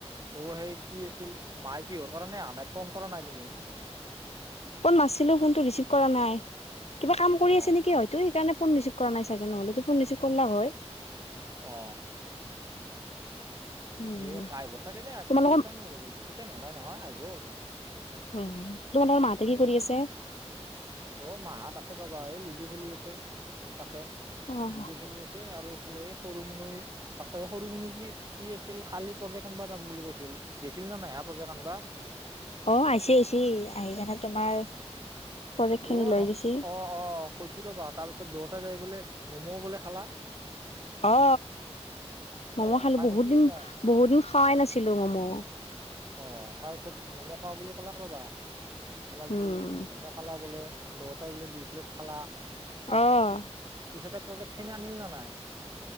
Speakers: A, on the right; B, on the left.
A: অ সেই কি আছিল মাই কিহৰ কাৰনে অহা নাই, ফোন কৰা নাই তুমি?
B: ফোন মাৰিছিলোঁ ফোনটো ৰিচিভ কৰা নাই কিবা কাম কৰি
A: অ
B: আছে নেকি হয়তো সেইকাৰণে। ফোন ৰিচিভ কৰা নাই চাগে নহ'লে যদি ফোন ৰিচিভ কৰলা হৈ।
A: অ।
B: উম,
A: ঠিকেই কৈছা আহিব চাগে দে
B: তোমালোকৰ
A: কেইটানো বাজিল বেছি টাইম হোৱা নাই নহয় আহিব।
B: উ তহঁতৰ মাহতে কি কৰি আছে।
A: অ মাহত আছে ৰ'বা এই লুডু খেলি আছে তাকে।
B: অ',
A: লুডু খেলি আছে আৰু। এই সৰু মুনু তাকে সৰু মুনুজি কি আছিল কালি প্ৰজেক্ট আনবা যাম বুলি কৈছিল গৈছিল। <unintelligible> না প্ৰজেক্ট আনিবা।
B: অ আহিছে আহিছে আহি কেনে তোমাৰ। প্ৰজেক্ট খিনি
A: অ
B: লৈ
A: ন
B: গৈছি
A: অ অ কৈছে ৰ'বা তাৰপিছত দুয়োটা যাই বোলে। ম'ম' বোলে খালা।
B: অ ম'ম'
A: অ
B: খালোঁ
A: তাই
B: বহুত
A: কৈছি ৰ'বা
B: দিন বহুত দিন খোৱাই নাছিলোঁ ম'ম'।
A: অ তাৰপিছত ম'ম' খাৱ বুলি ক'লাক ৰ'বা কলাক
B: উম।
A: যি ম'ম' খালা বোলে। দুয়োটাই বোলে দুই প্লেট খালা।
B: অহ।
A: পিছতে প্ৰজেক্ট খিনি আনিল না নাই।